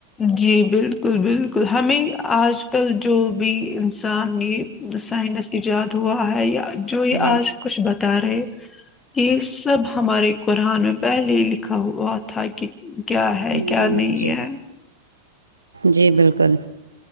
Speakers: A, on the left (about 20°); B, on the right (about 75°).
A: جی بالکل بالکل ہمیں آج کل جو بھی انسان یہ سائنس ایجاد ہوا ہے یا جو یہ
B: جی
A: آج کچھ بتا رہے یہ سب ہمارے قرآن میں پہلے ہی لکھا ہوا تھا کہ کیا ہے
B: ہ
A: کیا نہیں
B: جی
A: ہے
B: جی بالکل